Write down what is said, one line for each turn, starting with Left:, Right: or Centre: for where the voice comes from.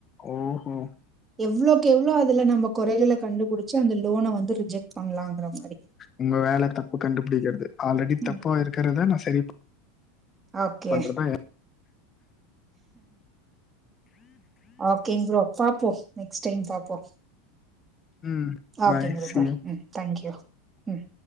Left: ஓஹோ
Right: எவ்ளோக் எவ்ளோ அதுல நம்ம கொறைகள கண்டு புடிச்சு அந்த லோன வந்து ரிஜெக்ட் பண்ணலான்ற மாரி
Left: உங்க வேல தப்பு கண்டுபிடிக்கிறது ஆல்ரெடி
Right: ம்.
Left: தப்பா இருக்கறத நா சரி
Right: ஓகே
Left: பண்றதா
Right: ஓகேங் ப்ரோ பாப்போ நெக்ஸ்ட் டைம் பாப்போ
Left: ம்
Right: ஓகேங் ப்ரோ
Left: சி
Right: பாய்
Left: யூ
Right: ம் தேங்க்யூ ம்